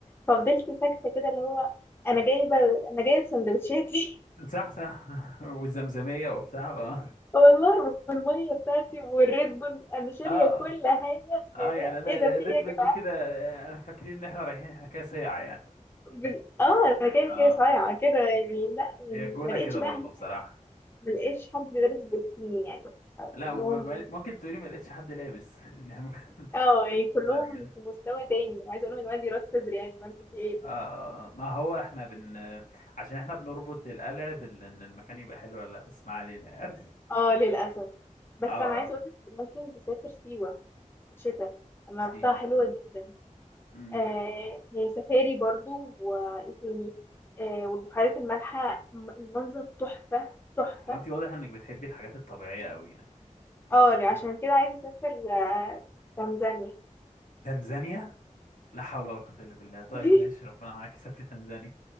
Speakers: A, on the left; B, on the left.
A: ففضلت ساكتة كده اللي هو انا جايبة انا جايبة سندوتشاتي
B: صح صح <laughs> والزمزميه وبتاع اه اه
A: والله بالميه بتاعتي والريد بول انا شاريه
B: اه
A: كل
B: آه،
A: حاجه
B: آه،
A: يا
B: يعني
A: جماعة.
B: انا
A: ايه
B: الريد
A: ده في ايه يا
B: بول
A: جماعه
B: دي كده آه، انا فاكرين ان احنا رايحين احنا كده سيعه يعني
A: بال- اه انا كده
B: اه
A: كده صايعه كده يعني لا
B: هي
A: يعني
B: الجونه
A: ما لقيتش
B: كده
A: بقى
B: برضو
A: هناك
B: بصراحه
A: ما لقيتش حد لابس بوتيني يعني
B: لا
A: كلهم
B: م- م- ممكن تقولي ما لقيتش حد لابس <laughs> يعني ممكن
A: اه يعني كلهم
B: جونه على كده
A: في مستوى تاني عايزه اقول لهم ان عندي راس صدر يعني ما في ايه
B: آه ما هو احنا بن عشان احنا بنربط القلع بال ان المكان يبقى حلو ولا لا بس ما علينا يعني
A: اه للاسف بس
B: <laughs> اه
A: انا عايزه
B: اه
A: اقول لك ممكن تسافر سيوه في الشتاء انا
B: مصيبة
A: رحتها حلوه
B: آه.
A: جدا
B: امم
A: آه، هي سفاري برضو وايه تاني آه، والبحيرات المالحة الم- المنظر تحفة تحفة
B: هو انت واضح انك بتحبي الحاجات الطبيعية قوي يعني
A: اه لا، عشان كده عايزة اسافر آه، تنزانيا
B: تنزانيا لا حول ولا قوة الا بالله طيب
A: <laughs>
B: ماشي ربنا معاك سافري تنزانيا